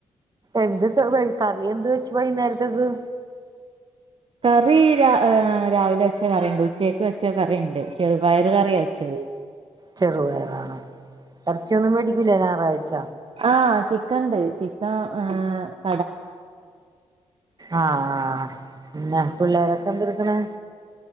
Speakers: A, on the right; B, on the right.
A: എന്ത്ത് വെ കറിയെന്ത് വെച്ച് വൈന്നേരത്ത്ക്ക്
B: കറി രാ ഏ രാവിലെ വെച്ച കറിയിണ്ട് ഉച്ചേക്ക് വെച്ച കറിയിണ്ട് ചെറുപയറ് കറിയാ വെച്ചത്
A: ചെറുപയറ എറച്ചിയൊന്നും മേടിക്കൂല്ലെ ഞായറാഴ്ച
B: ആ ചിക്കണ്ട് ചിക്കൻ ആഹ് ആഹ്
A: ആഹ് ആഹ് ണ്